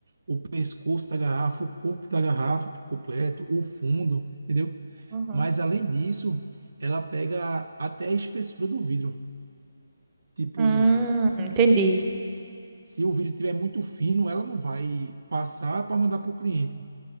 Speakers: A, on the right; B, on the right.
A: o pescoço da garrafa, o corpo da garrafa por completo, o fundo, entendeu?
B: Uhum.
A: Mas, além disso, ela pega até a espessura do vidro. Tipo,
B: Hum, entendi.
A: se o vidro tiver muito fino, ela não vai passar para mandar para o cliente